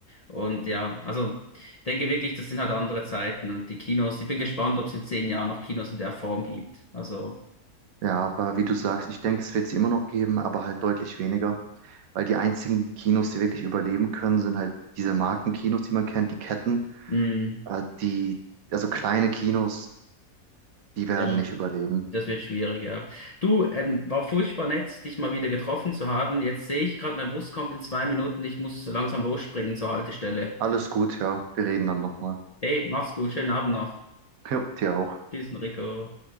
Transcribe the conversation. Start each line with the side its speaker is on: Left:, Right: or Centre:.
Left: Und ja, also ich denke wirklich, das sind halt andere Zeiten und die Kinos, ich bin gespannt, ob es in zehn Jahren noch Kinos in der Form gibt. Also,
Right: Ja, aber wie du sagst, ich denke, es wird sie immer noch geben, aber halt deutlich weniger. Weil die einzigen Kinos, die wirklich überleben können, sind halt diese Markenkinos, die man kennt, die Ketten.
Left: mh,
Right: Äh, die, also kleine Kinos, die werden
Left: ja.
Right: nicht überleben.
Left: Das wird schwierig, ja. Du, ähm, war furchtbar nett, dich mal wieder getroffen zu haben. Jetzt sehe ich gerade, mein Bus kommt in zwei Minuten. Ich muss langsam losspringen zur Haltestelle.
Right: Alles gut, ja. Wir reden dann nochmal.
Left: Hey, mach's gut, schönen Abend noch.
Right: <laughs> Ja, dir auch.
Left: Tschüss, Enrico.